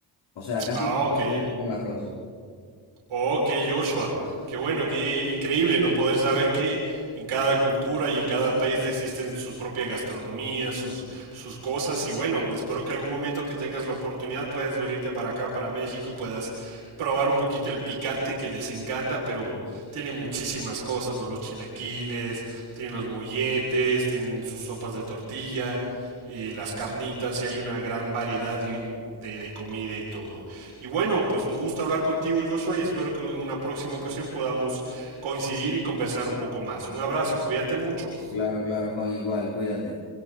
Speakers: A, on the left (about 65°); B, on the right (about 85°).
A: O sea, casi
B: Ah,
A: todo
B: ok.
A: lo comemos con arroz.
B: Ok, Joshua, qué bueno, qué increíble no poder saber que en cada cultura y en cada país existen sus propias gastronomías, sus, sus cosas y bueno, espero que algún momento que tengas la oportunidad puedas venirte para acá, para México y puedas probar un poquito el picante que les encanta, pero tiene muchísimas muchísimas cosas, ¿no? Los chilaquiles, tienen los molletes, tienen sus sopas de tortilla, eh, las carnitas, y hay una gran variedad y un- de, de comida y todo. Y bueno, pues un gusto hablar contigo, Joshua, y espero que en una próxima ocasión podamos coincidir y conversar un poco más. Un abrazo, cuídate mucho.
A: Claro, claro, Juan, igual, cuídate.